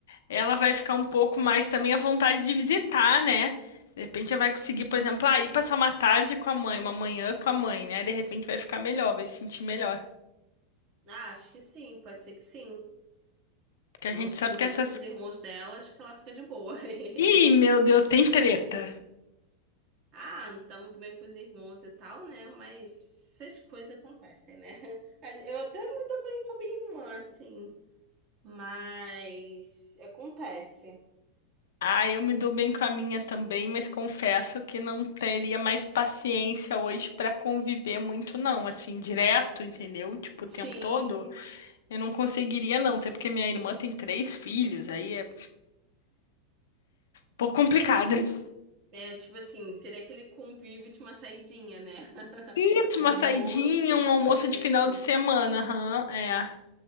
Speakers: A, on the left; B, on the right.
A: ela vai ficar um pouco mais também à vontade de visitar, né? De repente ela vai conseguir, por exemplo, ah, ir passar uma tarde com a mãe, uma manhã com a mãe, né? De repente vai ficar melhor, vai se sentir melhor.
B: Ah, acho que sim, pode ser que sim.
A: Porque a
B: Não
A: gente
B: cruzando
A: sabe que essas.
B: com os irmãos dela, acho que ela fica de boa. <laughs>
A: Ih, meu Deus, tem treta.
B: Ah, não se dá muito bem com os irmãos e tal, né? Mas essas coisas acontecem, né? <laughs> Eu até me dou bem com a minha irmã, assim. Mas acontece.
A: Ah, eu me dou bem com a minha também, mas confesso que não teria mais paciência hoje pra conviver muito, não, assim, direto, entendeu? Tipo,
B: Sim,
A: o tempo todo, eu não conseguiria, não, até porque minha irmã tem três filhos, aí é um pouco complicado. <laughs>
B: é tipo assim, seria aquele convívio de uma saidinha, né? <laughs>
A: Eu faço
B: Um
A: Uma
B: almoço,
A: saidinha,
B: uma
A: um almoço
B: coisinha
A: de final
B: assim.
A: de semana, aham, é.